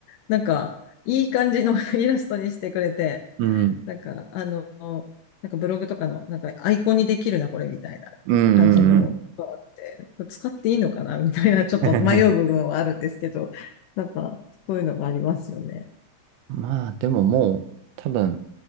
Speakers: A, on the left (about 75°); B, on the right (about 80°).
A: なんか、いい感じの <laughs> イラストにしてくれて、
B: うん。
A: なんか、あの、なんかブログとかの、なんか、アイコンにできるな、これ、みたいな
B: うんうんうん。
A: 感じのがあって、これ使っていいのかな、みたいな、<laughs> ちょっと迷う部分はあるんですけど、
B: <laughs> うん
A: なんか、そういうのがありますよね。
B: まあでももう多分